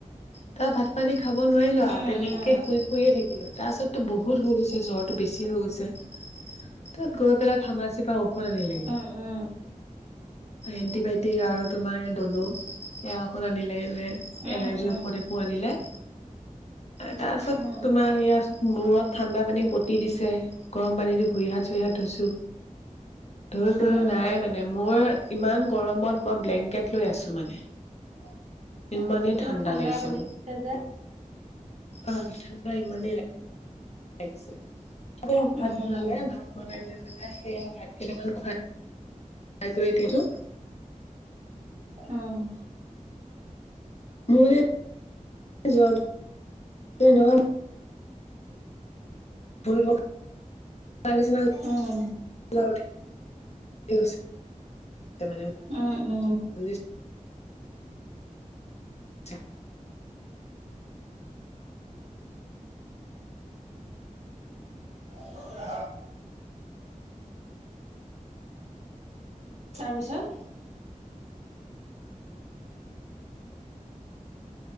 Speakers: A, on the left; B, on the right.
A: তাত ভাত পানী খাব নোৱাৰিলো তেনেকে
B: উম
A: তেনেকে
B: উম
A: শুই শুইয়ে থাকিলো তাৰ পাছত। ত বহুত হৈ গৈছে জ্বৰটো বেছি হৈ গৈছে তাত গৈ পেলাই ফাৰ্মাচীৰ পৰা ঔষধ আনিলেগে
B: উম- উম
A: এন্টিবায়টিক আৰু তোমাৰ এ দ'ল। এয়া ঔষধ আনিলেগে গৈ
B: উম
A: এলাৰ্জি
B: উম
A: ঔষধ এইবোৰ আনিলে। তাৰ পাছত
B: উম
A: তোমাৰ সেয়া মূৰত ঠাণ্ডা পানী পতি দিছে গৰম পানী দি ভৰি হাত চৰি হাত ধুইছো। ধুই কৰিও
B: উম
A: নাই মানে মোৰ ইমান গৰমত মই ব্লেংকেট লৈ আছো মানে। <unintelligible>
B: <unintelligible>
A: ইমানেই ঠাণ্ডা লাগিছে
B: বহি
A: ম,
B: আছে যে
A: আহ ঠাণ্ডা ইমানেই লাগ। লাগিছে ভাত
B: উম
A: বনালে
B: উম
A: ভাত বনাই লৈ পেলাই সেইয়া ভাত কেইটামান খোৱাই। খাই কৰি দিলোঁ।
B: অ'
A: মোৰ মানে জ্বৰটো। এই নহয় ভুল <unintelligible>
B: উম।
A: <unintelligible>
B: উম উম
A: ছা।
B: মজা তাৰপিছত?